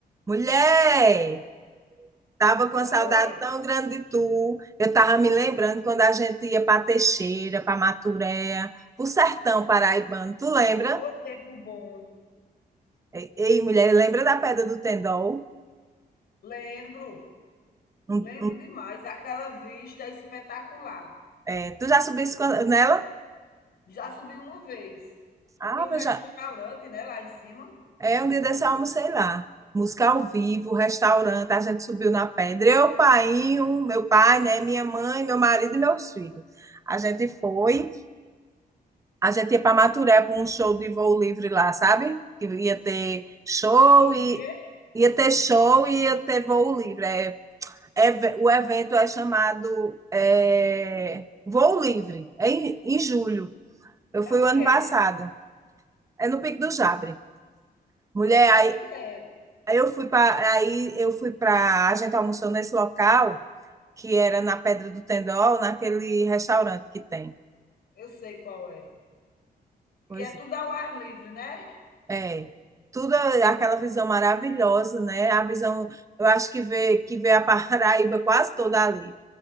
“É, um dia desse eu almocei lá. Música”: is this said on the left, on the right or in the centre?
Right